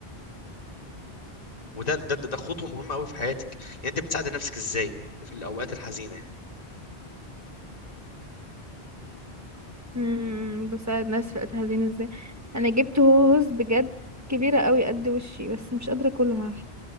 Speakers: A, on the left; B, on the right.
A: وده ده ده ده خطوة مهمة أوي في حياتك يعني أنت بتساعدي نفسك إزاي في الأوقات الحزينة يعني
B: امم بساعد ناس في وقت حزين ازاي انا جبت هوز بجد كبيره قوي قد وشي بس مش قادره اكلها